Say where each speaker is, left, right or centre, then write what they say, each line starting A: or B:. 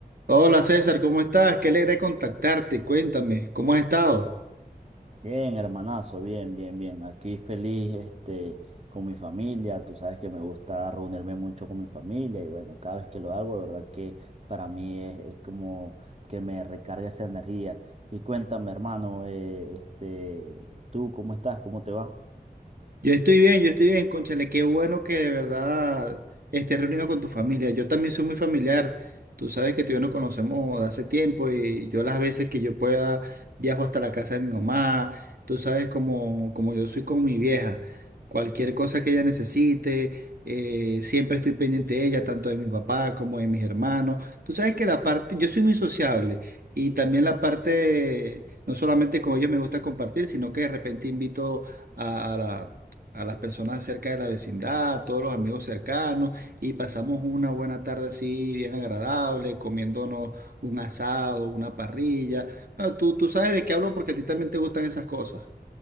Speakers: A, on the right; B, on the right.
A: Hola César, ¿cómo estás? Qué alegre contactarte. Cuéntame, ¿cómo has estado?
B: Bien, hermanazo, bien, bien, bien. Aquí feliz, este, con mi familia. Tú sabes que me gusta reunirme mucho con mi familia y bueno, cada vez que lo hago, de verdad que para mí es, es como que me recarga esa energía. Y cuéntame, hermano, eh, este, ¿tú cómo estás? ¿Cómo te va?
A: Yo estoy bien, yo estoy bien, cónchale, qué bueno que de verdad estés reunido con tu familia. Yo también soy muy familiar. Tú sabes que tú y yo nos conocemos de hace tiempo y yo las veces que yo pueda viajo hasta la casa de mi mamá. Tú sabes como, como yo soy con mi vieja. Cualquier cosa que ella necesite, eh, siempre estoy pendiente de ella, tanto de mi papá como de mis hermanos. Tú sabes que la parte, yo soy muy sociable y también la parte, no solamente con ellos me gusta compartir, sino que de repente invito a, a la a las personas cerca de la vecindad, a todos los amigos cercanos, y pasamos una buena tarde así bien agradable, comiéndonos un asado, una parrilla. Bueno, tú, tú sabes de qué hablo porque a ti también te gustan esas cosas.